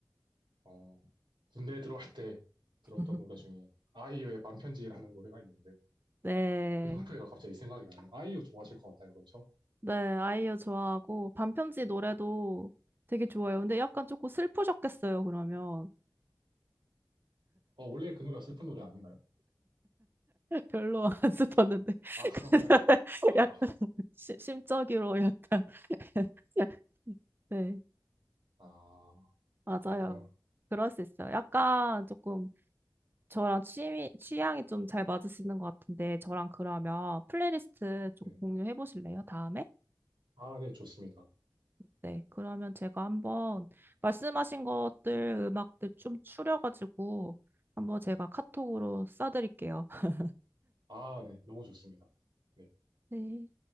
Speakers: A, on the right (about 85°); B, on the right (about 25°).
A: 어, 군대에 들어갈 때 들었던
B: <laughs>
A: 노래 중에 아이유의 반편지라는 노래가 있는데
B: 네,
A: 그 노래가 갑자기 생각이 나네요. 아이유 좋아하실 것 같아요. 그렇죠?
B: 네, 아이유 좋아하고 반편지 노래도 되게 좋아요. 근데 약간 조금 슬프셨겠어요, 그러면.
A: 어, 원래 그 노래가 슬픈 노래 아닌가요?
B: 별로 안 슬펐는데 <laughs>
A: 아, 그런가요?
B: 그날
A: 아,
B: 약간 심- 심적으로 약간 <laughs> 네
A: 아,
B: 맞아요
A: 그렇구나.
B: 그럴 수 있어요 약간 조금 저랑 취미 취향이 좀 잘 맞으시는 것 같은데 저랑 그러면 플레이리스트 좀
A: 네.
B: 공유해 보실래요 다음에
A: 아, 네, 좋습니다.
B: 네 그러면 제가 한번 말씀하신 것들 음악들 좀 추려가지고 한번 제가 카톡으로 쏴드릴게요 <laughs>
A: 아, 네, 너무 좋습니다. 네.
B: 네.